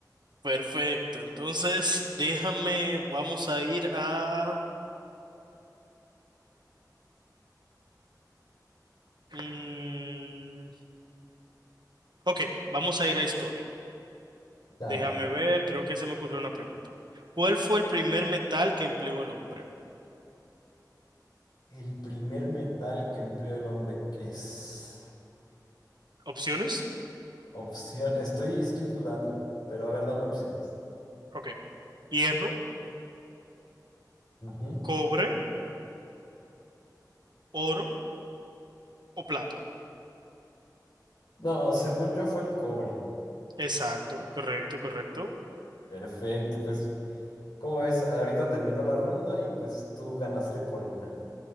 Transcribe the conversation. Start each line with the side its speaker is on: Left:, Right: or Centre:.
Right: Perfecto. Entonces, déjame, vamos a ir a... mm, ok, vamos a ir a historia.
Left: Dale.
Right: Déjame ver, creo que se me ocurrió una pregunta. ¿Cuál fue el primer metal que empleó el hombre?
Left: El primer metal que empleó el hombre, que es
Right: Opciones.
Left: opción. Estoy, estoy dudando, pero a ver, dame opciones.
Right: Ok. Hierro,
Left: Ujú.
Right: cobre oro o plata.
Left: No, según yo fue el cobre.
Right: Exacto, correcto, correcto.
Left: Perfecto, pues, como ves, ahorita terminó la ronda y pues tú ganaste por una.